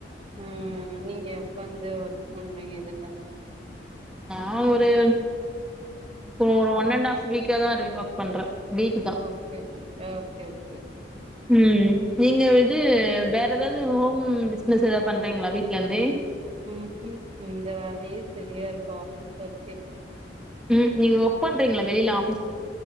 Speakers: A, on the right; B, in the centre.
A: ம் நீங்க எப்பந்த ஒர்க் பண்றீங்க இதுல
B: நா ஒரு ஓ ஒன் அண்டு ஆப் வீக் இங்க தா ரீ ஒர்க் பண்ற வீக்தா
A: ஓகே ஓகே ஓகே ஓகே
B: ம் நீங்க இது
A: ம்
B: வேற ஏதாவது ஹோம் பிஸ் பிஸ்னஸ் எதே பண்றீங்களா வீட்டுலே இருந்தே
A: ம் ம் இந்த வேலே சரியா இருக்க ஆபீஸ் ஒர்க்கே
B: ம் நீங்க ஒர்க் பண்றீங்களா வெளியில ஆஃபீஸ்